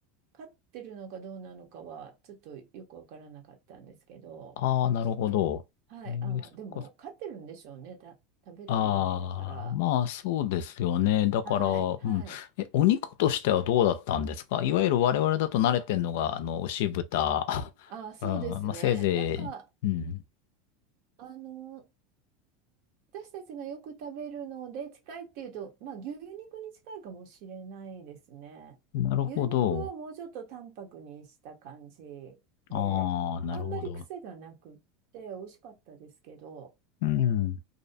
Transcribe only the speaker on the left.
ああ、なるほど。
えー、
そっかそっか。
ああ、まあそうですよね。だから、
うん。
え、お肉としてはどうだったんですかいわゆる我々だと慣れてんのが、あの、牛豚。
<laughs>
うん。まあせいぜい、
うん。
なるほど。
ああ、なるほど。
うん。